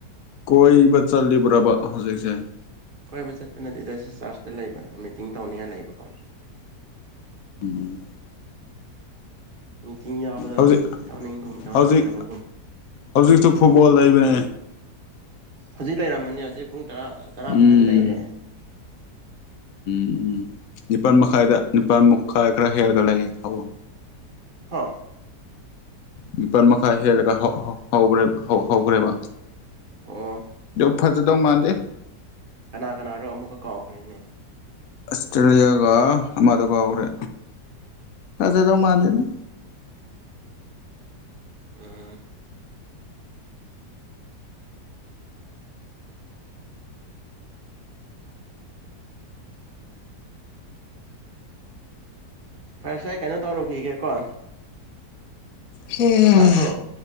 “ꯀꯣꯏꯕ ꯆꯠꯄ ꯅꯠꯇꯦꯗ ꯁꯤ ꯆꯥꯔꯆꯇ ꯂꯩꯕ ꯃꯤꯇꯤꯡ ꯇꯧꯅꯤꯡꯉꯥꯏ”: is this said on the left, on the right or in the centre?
Right